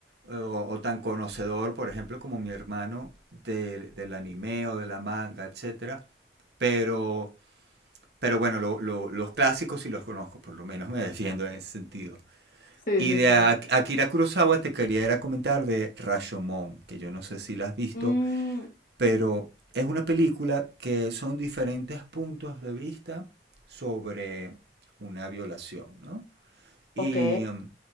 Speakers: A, on the right; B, on the left.
A: eh, o, o tan conocedor, por ejemplo, como mi hermano del, del anime o de la manga, etcétera, pero, pero bueno, lo- lo- los clásicos sí los conozco, por lo menos me defiendo en ese sentido.
B: Sí,
A: Y
B: sí,
A: de
B: sí.
A: Ak- Akira Kurosawa te quería era comentar de Rashomon, que yo no sé si la has visto,
B: Mm,
A: pero es una película que son diferentes puntos de vista sobre una violación, ¿no? Y,
B: ok.
A: mm,